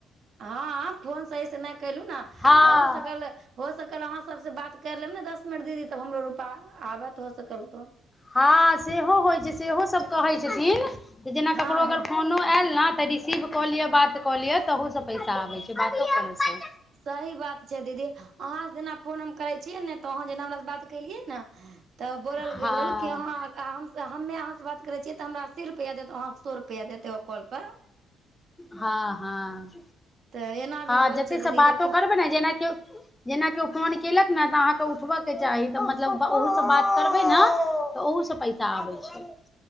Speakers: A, on the right (about 60°); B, on the left (about 20°).
A: हाँ फोन सही से नहि कैलु न आ
B: हँ
A: हो सकल हो सकल अहाँ सबसे बात कर लेब ने दस। मिनट दीदी तब हमरो रूपा आबत हो सकल तो
B: हँ सेहो होइ छै सेहो सभ कहै छथिन, त जेना
A: हँ
B: ककरो
A: हँ
B: अगर फोनो आयल न, तऽ रिसीव कऽ लिअ बात कऽ लिअ तहूसँ पैसा आबै छै बातो करयसँ
A: सही बात छै दीदी अहाँस जेना फोन हम करै छियै ने, अहाँ जेना हमरा स बात कैलियन न त बोलल
B: हँ
A: गेलल कि अहाँ हम स हम हम्मे अहाँस बात करै छिऐ त हमरा अस्सी रुपया देत, अहाँ के सौ रुपया देत एगो कॉल पर।
B: हँ हँ
A: तऽ एना
B: हँ
A: भी होइ
B: जते
A: छै
B: से
A: दीदी
B: बातो
A: लेकिन
B: करबे ने जेना क्यो जेना क्यो फोन केल। न त अहाँके उ उठब के चाही तऽ मतलब ब ओहो स बात करबै न, तऽ ओहु से पैसा आबै छै, ह